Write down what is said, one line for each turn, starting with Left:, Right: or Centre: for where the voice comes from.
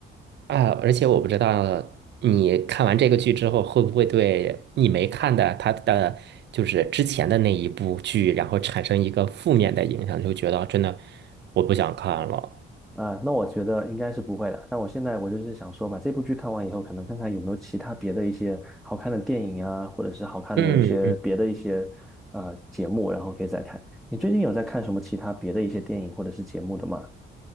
Right: 啊，而且我不知道你看完这个剧之后，会不会对你没看的他的就是之前的那一部剧，然后产生一个负面的影响，就觉得真的我不想看了。
Centre: 啊，那我觉得应该是不会的。但我现在我就是想说，把这部剧看完以后，可能看看有没有其他别的一些好看的电影啊，或者是好看的一些别的一些呃节目，
Right: 嗯嗯
Centre: 然后可以再看。你最近有在看什么其他别的一些电影或者是节目的吗？